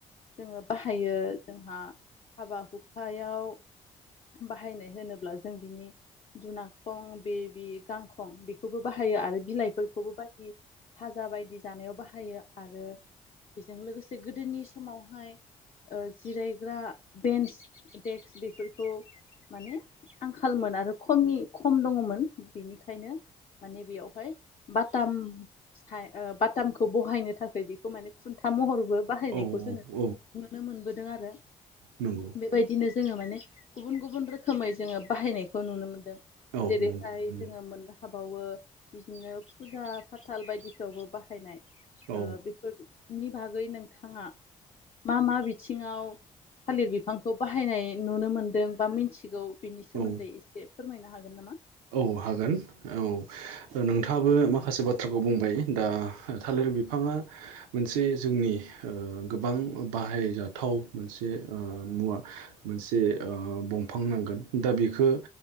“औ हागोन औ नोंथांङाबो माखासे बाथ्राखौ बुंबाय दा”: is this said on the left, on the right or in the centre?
Right